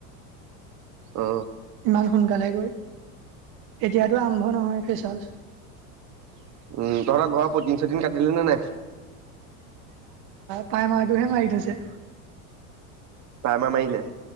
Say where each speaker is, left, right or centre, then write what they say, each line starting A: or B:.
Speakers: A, on the right (about 40°); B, on the right (about 55°).
A: অ
B: ইমান সোনকালে গৈ। এতিয়াতো আৰম্ভ নহয় ফ্ৰেচাৰ্চ। <unintelligible>
A: উম তহঁতৰ ঘৰৰ পটিন চটিন কাটিলে নে নাই
B: প্ৰায়মাৰটোহে মাৰি থৈছে।
A: প্ৰাইমাৰ মাৰিলে?